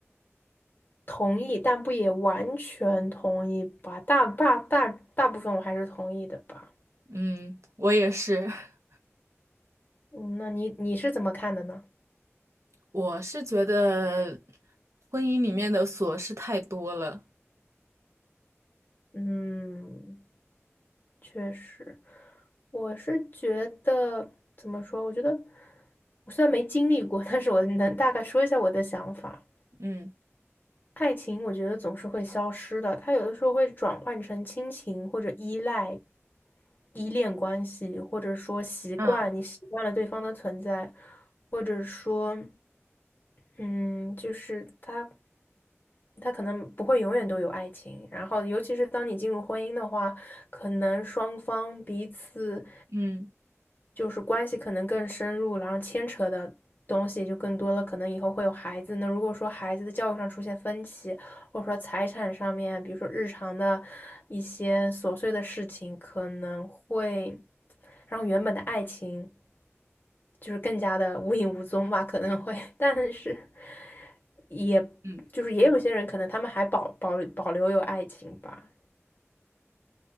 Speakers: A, on the left; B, on the right.
A: 同意，但不也完全同意吧？大大大大部分我还是同意的吧。
B: 嗯，我也是，<laughs>
A: 嗯，那你你是怎么看的呢？
B: 我是觉得婚姻里面的琐事太多了。
A: 嗯，确实，我是觉得怎么说？我觉得我虽然没经历过，但是我能大概说一下我的想法。
B: 嗯
A: 爱情我觉得总是会消失的，它有的时候会转换成亲情或者依赖、依恋关系，或者说习惯，
B: 嗯
A: 你习惯了对方的存在，或者说，嗯，就是它它可能不会永远都有爱情。然后，尤其是当你进入婚姻的话，可能双方彼此
B: 嗯
A: 就是关系可能更深入，然后牵扯的东西就更多了，可能以后会有孩子。那如果说孩子的教育上出现分歧，或者说财产上面，比如说日常的一些琐碎的事情，可能会让原本的爱情就是更加的无影无踪吧，可能会，<laughs> 但是也
B: 嗯
A: 就是也有些人可能他们还保保保留有爱情吧，